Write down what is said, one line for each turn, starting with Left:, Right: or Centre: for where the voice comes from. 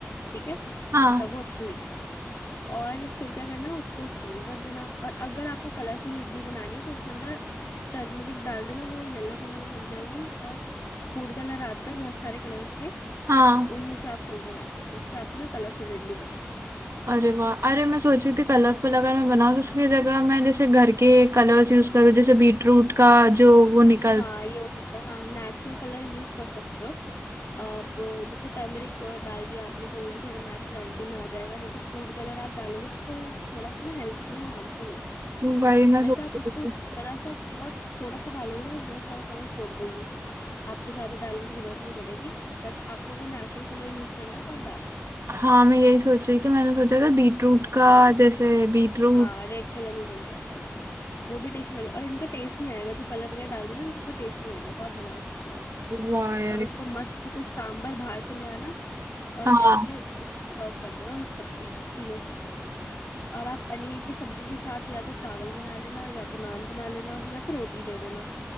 Left: ठीक है
Right: हाँ
Left: तब वो अच्छी लगेगी और फिर क्या करना उसको स्टीम कर देना और अगर आपको कलरफुल इडली बनानी है तो उसके अंदर टर्मरिक डाल देना वो येलो कलर में बन जाएगी और फूड कलर आता है बहुत सारे कलर्स के
Right: हाँ
Left: उनमें से आप कोई भी बना सकते हो इससे आपकी ना कलरफुल इडली बन जाएगी
Right: अरे वाह अरे मैं सोच रही थी कलरफुल अगर मैं बनाऊँ तो उसकी जगह मैं जैसे घर के कलर्स यूज करूँ जैसे बीटरूट का जो वो निकल
Left: हाँ ये हो सकता है हाँ नेचुरल कलर यूज कर सकते हो आप जैसे टर्मरिक डाल दिया आपने तो वो भी थोड़ा नेचुरलिटी में आ जाएगा नहीं तो फूड कलर आप डालोगे तो थोड़ा सा ना हेल्थ के लिए हार्मफुल होता है
Right: भाई मैं
Left: वैसे
Right: सोच
Left: आप
Right: रही
Left: उसको
Right: थी
Left: जरा सा बहुत थोड़ा सा डालोगे ना वो बहुत सारा कलर छोड़ देगी आपको ज्यादा डालने की जरूरत नहीं पड़ेगी बट आपको अगर नेचुरल कलर यूज करना है तो आप डाल सकते हो
Right: हाँ मैं यही सोच रही थी मैंने सोचा था बीटरूट का जैसे बीटरूट
Left: हाँ रेड कलर में बन जाएगा वो वो भी टेस्टी लगेगा और इनका टेस्ट नहीं आएगा जो कलर वगैरह डाल रही हो ना इनका कोई टेस्ट नहीं आएगा तो आप बना सकते हो ऐसे
Right: वाह यार
Left: और उसको मस्त से सांबर बाहर से ले आना और
Right: हाँ
Left: ऐसे उसको सर्व कर देना उन सब ती, तीनों चीजों को और आप पनीर की सब्जी के साथ या तो चावल बना लेना या तो नान बना लेना या तो रोटी दे देना